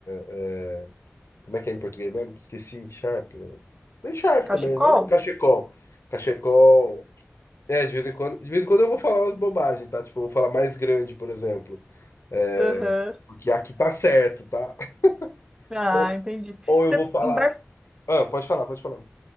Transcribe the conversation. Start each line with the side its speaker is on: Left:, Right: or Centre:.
Left: É, Como é que é em português mesmo? Esqueci, encharpe. né? Bem Encharpe
Right: Cachecol?
Left: também, né? Cachecol. Cachecol. É, de vez em quando, de vez em quando eu vou falar umas bobagens, tá? Tipo, eu vou falar mais grande, por exemplo. É,
Right: Aham.
Left: porque aqui tá certo, tá? <laughs>
Right: Ah,
Left: Ou,
Right: entendi.
Left: ou
Right: Você,
Left: eu vou falar.
Right: em, Bar
Left: Ah, pode falar, pode falar.